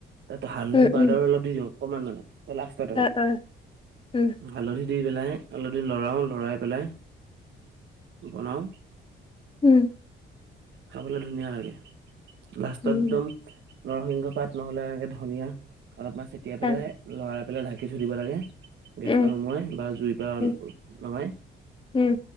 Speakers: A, on the right; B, on the left.
A: তাত হালধি
B: উম,
A: পাউদাৰ
B: উম,
A: অলপ দি দিওঁ অকমান মানে লাষ্টত আৰু
B: অ, অ, উম,
A: হালধি দি পেলাই। হালধি লৰাও লৰাই পেলাই বনাওঁ।
B: উম,
A: খাবলৈ ধুনীয়া লাগে লাস্তত
B: উম,
A: একদম। নৰসিংহ পাত নহলে এনেকে ধনিয়া অলপমান ছটিয়াই পেলাই
B: অ,
A: লৰাই পেলাই ঢাকি থই দিব লাগে।
B: উম,
A: গেছটো নুমোৱাই বা জুইৰ পৰা
B: উম,
A: নমায়
B: উম,